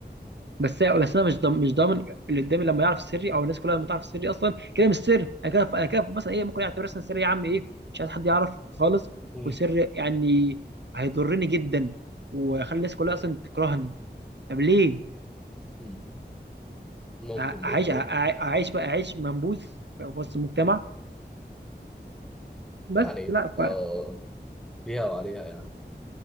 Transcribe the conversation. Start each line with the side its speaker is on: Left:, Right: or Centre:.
Right: بس بس انا مش ضامن مش ضامن اللي قدامي لما يعرف سري او الناس كلها لما تعرف سري اصلا كده مش سر انا كده انا كده مثلا ايه ممكن اعتبر مثلا سري يا عم ايه مش عايز حد يعرف خالص
Centre: مم.
Right: وسر يعني هيضرني جدا وخلي
Centre: مم.
Right: الناس كلها اصلا تكرهني طب ليه؟
Centre: مم. ممكن
Right: أع-
Centre: برضه
Right: اعيش أع-
Centre: آه.
Right: اعيش بقى اعيش منبوذ في وسط المجتمع بس
Centre: يعني
Right: لا
Centre: آه فيها وعليها يعني